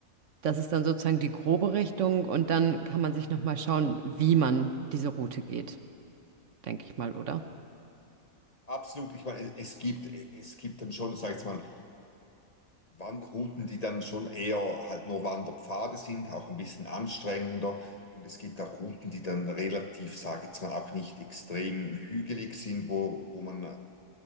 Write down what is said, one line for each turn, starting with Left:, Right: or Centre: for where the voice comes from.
Right: Das ist dann sozusagen die grobe Richtung und dann kann man sich nochmal schauen, wie man diese Route geht, denke ich mal, oder?
Left: Absolut, ich meine, es gibt, es gibt dann schon, sag ich mal, Wanderrouten, die dann schon eher halt nur Wanderpfade sind, auch ein bisschen anstrengender. Und es gibt auch Routen, die dann relativ, sage ich jetzt mal, auch nicht extrem hügelig sind, wo, wo man